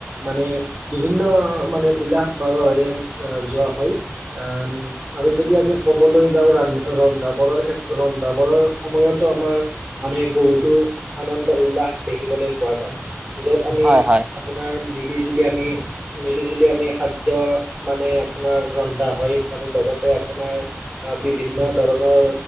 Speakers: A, in the centre; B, on the right (about 30°).
A: মানে বিভিন্ন মানে উল্লাহ মালহেৰে যোৱা হয় আম আৰু যদি আমি ক'বলৈ যাওঁ ৰান ৰন্ধা বঢ়াৰ ক্ষেত্ৰত ৰন্ধা বঢ়াৰ সময়তো আমাৰ মানে বহুতো আনন্দ - উল্লাস দেখিবলৈ পোৱা যায়, যত আমি
B: হয় হয় হয়
A: আ পোনাৰ মিলি - জুলি আমি মিলি - জুলি আমি খাদ্য মানে আপোনাৰ ৰন্ধা হয় আৰু লগতে আপোনাৰ আহ বিভিন্ন ধৰণৰ